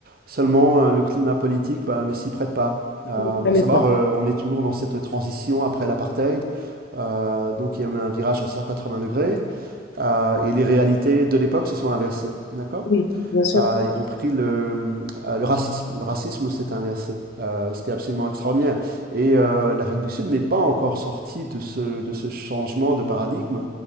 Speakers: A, on the right; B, on the left.
A: Seulement, euh, le climat politique bah, ne s'y prête pas. Euh,
B: Oui, ça
A: à
B: m'est
A: savoir,
B: pas.
A: euh, on est toujours dans cette transition après l'apartheid. Euh, donc, il y a eu un virage à 180 degrés, euh, et les réalités de l'époque se sont inversées. D'accord?
B: Oui, bien sûr,
A: euh, y compris le, euh, le racisme. Le racisme s'est inversé, euh, ce qui est absolument extraordinaire. Et euh, l'Afrique du Sud n'est pas encore sortie de ce, de ce changement de paradigme,